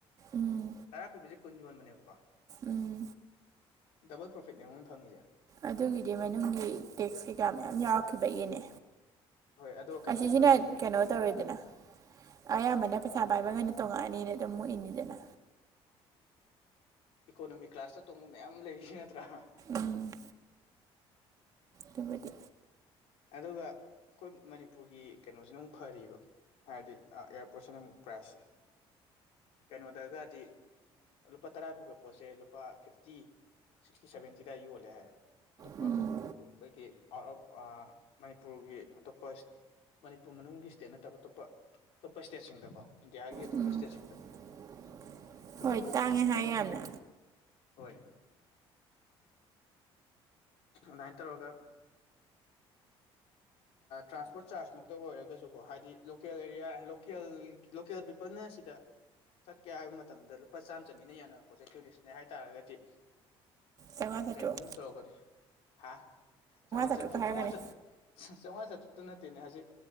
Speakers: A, on the right; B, on the left.
A: ꯎꯝ
B: ꯇꯔꯥ ꯄꯤꯕꯁꯦ ꯀꯨꯟ ꯌꯣꯟꯕꯅꯦꯕꯀꯣ
A: ꯎꯝ
B: ꯗꯕꯜ ꯄ꯭ꯔꯣꯐꯤꯠꯅꯦꯕ ꯃꯣꯏ ꯐꯪꯉꯤꯖꯦ
A: ꯑꯗꯨꯒꯤꯗꯤ ꯃꯅꯨꯡꯒꯤ ꯇꯦꯛꯁ ꯀꯩꯀꯥ ꯃꯌꯥꯝ ꯌꯥꯎꯔꯛꯈꯤꯕꯒꯤꯅꯦ
B: ꯍꯣꯏ ꯑꯗꯣ ꯀꯩꯅꯣꯗꯅ
A: ꯑꯁꯤꯁꯤꯅ
B: ꯑꯃꯨꯛ
A: ꯀꯩꯅꯣ ꯇꯧꯔꯦꯗꯅ ꯑꯌꯥꯝꯕꯅ ꯄꯩꯁꯥ ꯄꯥꯏꯕ ꯉꯩꯅ ꯇꯣꯡꯉꯛꯑꯅꯤꯅ ꯑꯗꯨꯝ ꯃꯨꯛ ꯏꯅꯤꯗꯅ
B: ꯏꯀꯣꯅꯣꯃꯤꯛ ꯀ꯭ꯂꯥꯁꯇ ꯇꯣꯡꯕ ꯃꯌꯥꯝ ꯂꯩꯔꯤꯁꯤ ꯅꯠꯇ꯭ꯔꯥ
A: ꯎꯝ ꯊꯕꯗꯤ
B: ꯑꯗꯨꯒ ꯑꯩꯈꯣꯏ ꯃꯅꯤꯄꯨꯔꯒꯤ ꯀꯩꯅꯣꯁꯤꯅ ꯑꯃꯨꯛ ꯐꯔꯤꯕ ꯍꯥꯏꯔꯗꯤ ꯏꯌꯥꯔꯄꯣꯔꯠꯁꯤꯅ ꯑꯃꯨꯛ ꯄ꯭ꯔꯥꯏꯖꯁꯦ ꯀꯩꯅꯣꯗꯒꯗꯤ ꯂꯨꯄꯥ ꯇꯔꯥ ꯄꯤꯕ ꯄꯣꯠꯁꯦ ꯂꯨꯄꯥ ꯐꯤꯐꯇꯤ ꯁꯤꯛꯁꯇꯤ ꯁꯚꯦꯟꯇꯤꯗ ꯌꯣꯜꯂꯦ ꯍꯥꯏꯌꯦꯕ ꯑꯇꯣꯞꯄ
A: ꯎꯝ
B: ꯑꯩꯈꯣꯏꯒꯤ ꯑꯥꯎꯠ ꯑꯣꯐ ꯑ ꯃꯅꯤꯄꯨꯔꯒꯤ ꯑꯇꯣꯞꯄ ꯃꯅꯤꯄꯨꯔ ꯃꯅꯨꯡꯒꯤ ꯏꯁꯇꯦꯠ ꯅꯠꯇꯕ ꯑꯇꯣꯞꯄ ꯑꯇꯣꯞꯄ ꯏꯁꯇꯦꯠꯁꯤꯡꯗꯀꯣ ꯏꯟꯗꯤꯌꯥꯒꯤ ꯑꯇꯣꯞꯄ
A: ꯎꯝ
B: ꯏꯁꯇꯦꯠꯁꯤꯡꯗ
A: <inaudible>
B: ꯑꯗꯨꯝ
A: ꯇꯥꯡꯉꯦ ꯍꯥꯏ
B: ꯀꯩꯅꯣ
A: ꯌꯥꯝꯅ
B: ꯍꯣꯏ ꯅꯥꯥꯏꯅ ꯇꯧꯔꯒ ꯇ꯭ꯔꯥꯟꯁꯄꯣꯔꯠ ꯆꯥꯔꯖ ꯃꯨꯛꯇ ꯑꯣꯏꯔꯒꯁꯨꯀꯣ ꯍꯥꯏꯗꯤ ꯂꯣꯀꯦꯜ ꯑꯦꯔꯤꯌꯥ ꯂꯣꯀꯦꯜ ꯂꯣꯀꯦꯜ ꯄꯤ ꯄꯟ ꯑꯁꯤꯗ ꯆꯠꯀꯦ ꯍꯥꯏꯕ ꯃꯇꯝꯗ ꯂꯨꯄꯥ ꯆꯥꯝꯃ ꯆꯅꯤꯅ ꯌꯥꯅꯕ ꯄꯣꯠꯁꯦ ꯇꯨꯔꯤꯁꯅꯦ ꯍꯥꯏꯇꯥꯥꯔꯒꯗꯤ
A: ꯆꯥꯝꯃꯉꯥ ꯆꯥꯇ꯭ꯔꯨꯛ
B: ꯀꯩꯅꯣꯃꯨꯛ ꯇꯧꯔꯛꯀꯅꯤ ꯍꯥꯥ ꯆꯥꯝꯃꯉꯥ
A: ꯆꯥꯇ꯭ꯔꯨꯛꯀ
B: ꯆꯠꯇ꯭ꯔꯨ
A: ꯍꯥꯏꯔꯒꯅꯦ
B: ꯆꯥꯝꯃꯉꯥ ꯆꯠ ꯆꯧꯉꯥ ꯆꯥꯇ꯭ꯔꯨꯛꯇꯨ ꯅꯠꯇꯦꯅꯦ ꯍꯧꯖꯤꯛ